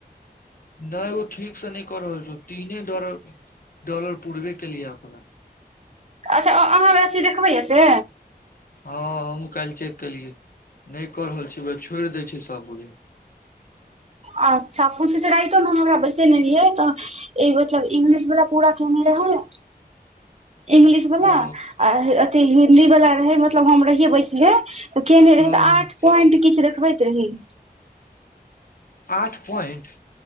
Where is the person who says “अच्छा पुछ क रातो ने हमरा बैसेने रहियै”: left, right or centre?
Right